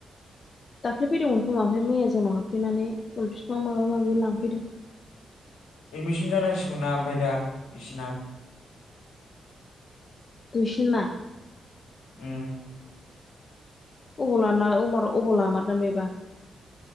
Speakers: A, on the left (about 50°); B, on the left (about 80°).
A: दाख्लै फैदोंमोन खोमा ओमफ्राय मैया जोंनाव हाबफैनानै फुल फिफां माबा-माबि लांफैदों।
B: एडमिसन जानांसिगौना ओमफ्राय दा बिसिना।
A: दुइसिनना।
B: उम।
A: अबाव लानो अबाव लामारगोन बेबा?